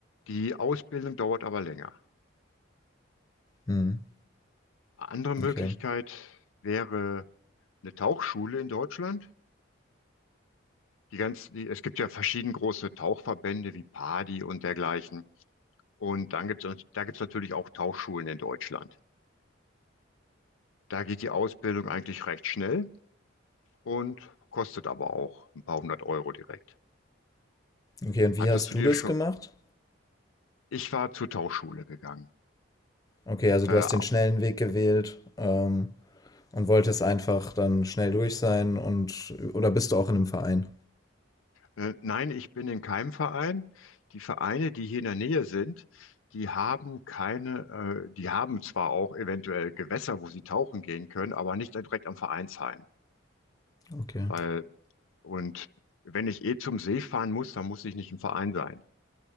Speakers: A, on the left (about 80°); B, on the left (about 20°).
A: die Ausbildung dauert aber länger.
B: Mhm.
A: Andere Möglichkeit
B: Okay.
A: wäre eine Tauchschule in Deutschland. Die ganz, die, es gibt ja verschieden große Tauchverbände wie PADI und dergleichen. Und dann gibt es, da gibt es natürlich auch Tauchschulen in Deutschland. Da geht die Ausbildung eigentlich recht schnell und kostet aber auch ein paar hundert Euro direkt.
B: Okay, und
A: Hattest
B: wie hast
A: du
B: du
A: dir
B: das
A: schon
B: gemacht?
A: Ich war zur Tauchschule gegangen.
B: Okay, also
A: Äh,
B: du hast den schnellen Weg gewählt, ähm, und wolltest einfach dann schnell durch sein und oder bist du auch in einem Verein?
A: äh, nein, ich bin in keinem Verein. Die Vereine, die hier in der Nähe sind, die haben keine, äh, die haben zwar auch eventuell Gewässer, wo sie tauchen gehen können, aber nicht direkt am Vereinsheim.
B: Okay.
A: Weil, und wenn ich eh zum See fahren muss, dann muss ich nicht im Verein sein.